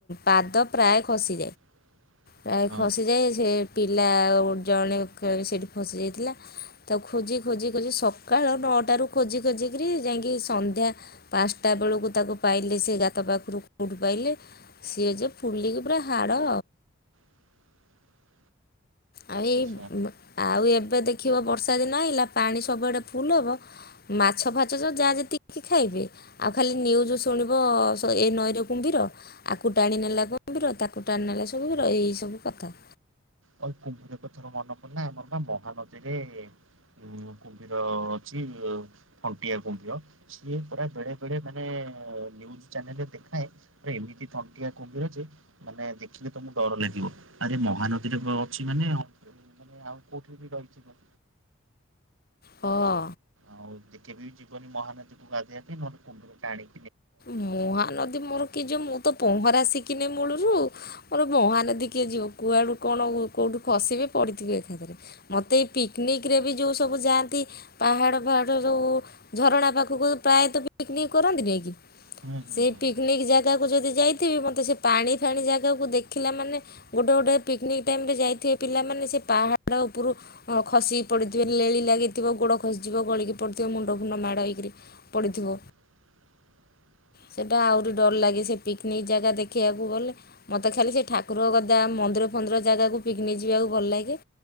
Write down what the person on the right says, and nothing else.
<inaudible>
ହଁ
<inaudible>
ନିଶ୍ଚୟ
କୁମ୍ଭୀର କଥାରୁ ମନେ ପଡ଼ିଲା ଆମର ପରା ମହାନଦୀରେ ଉ କୁମ୍ଭୀର ଅଛି ଥଣ୍ଟିଆ କୁମ୍ଭୀର। ସିଏ ପରା ବେଳେ ବେଳେ ମାନେ ନ୍ୟୁଜ୍ ଚ୍ୟାନେଲ ରେ ଦେଖାଏ ଏମିତି ଥଣ୍ଟିଆ କୁମ୍ଭୀର ଯେ ତମେ ଦେଖିଲେ ତମକୁ ଡର ଲାଗିବ। ଆରେ ମହାନ ଅଛି ମାନେ ମାନେ ଆଉ କୋଉଠି ବି ରହିଯିବ।
ଆଉ ଟିକେ ବି ଯିବନି ମହାନଦୀକୁ ଗାଧୋଇବା ପାଇଁ ନହେଲେ କୁମ୍ଭୀର ଟାଣି
ହୁଁ ହୁଁ
ହୁଁ
<inaudible>